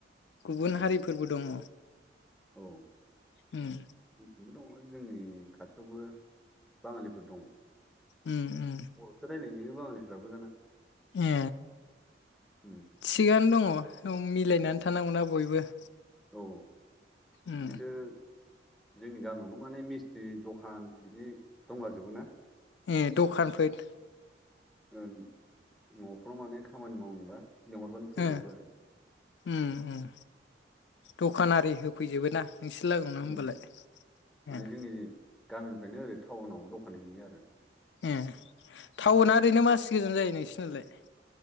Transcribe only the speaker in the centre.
उम
औ जोंनिथिंबो
दङ जोंनि खाथियावबो बाङालिफोर दं
बरसो रायलायो बाङालिफ्राबो दाना
उम
औ
बिसोर जोंनि गामियावनो माने मिस्ट्रि दखान बिदि दंलाजोबो ना
ओन नफ्राव माने खामानि मावनोबा लिंहरबानो फैब्रबबो
आरो
उम माने
जोंनि गामिनिफ्रायनो ओरै टाउनाव दखान हैयो आरो